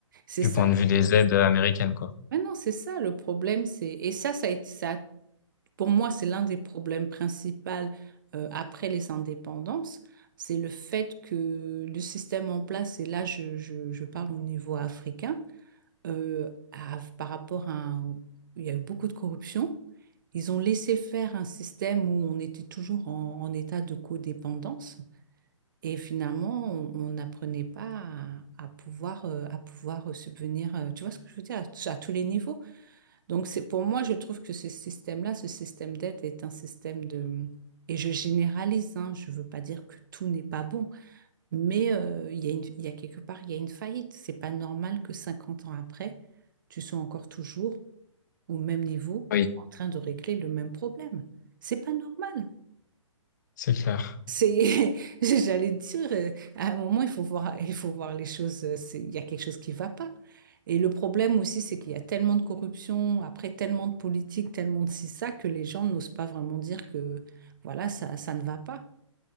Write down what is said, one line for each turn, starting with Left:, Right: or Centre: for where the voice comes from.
Right: C'est
Left: du
Right: ça.
Left: point de vue des aides américaines, quoi.
Right: Mais non, c'est ça le problème. C'est... Et ça, ça a été ça. Pour moi, c'est l'un des problèmes principaux euh, après les indépendances. C'est le fait que le système en place, et là je, je- je parle au niveau africain, euh, a- par rapport à... un- il y a eu beaucoup de corruption. Ils ont laissé faire un système où on était toujours en, en état de codépendance. Et finalement, on on n'apprenait pas à, à pouvoir, euh, à pouvoir subvenir, euh, tu vois ce que je veux dire, à, t- à tous les niveaux. Donc, c'est pour moi, je trouve que ce système-là, ce système d'aide est un système de... Et je généralise, hein, je ne veux pas dire que tout n'est pas bon, mais euh, il y a une- il y a quelque part, il y a une faillite. C'est pas normal que 50 ans après, tu sois encore toujours au même niveau
Left: Oui,
Right: en train de régler le même problème. C'est pas normal.
Left: c'est clair.
Right: C'est, <laughs> j'allais dire, euh, à un moment, il faut voir, il faut voir les choses, euh, c'est- il y a quelque chose qui va pas. Et le problème aussi, c'est qu'il y a tellement de corruption, après tellement de politique, tellement de ci, ça, que les gens n'osent pas vraiment dire que, voilà, ça, ça ne va pas.